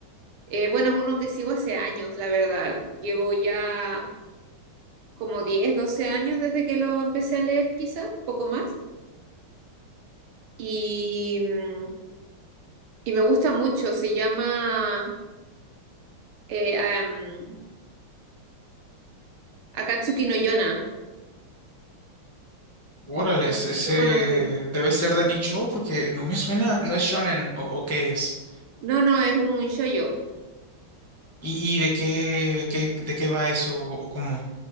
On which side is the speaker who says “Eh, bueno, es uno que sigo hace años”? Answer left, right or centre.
Right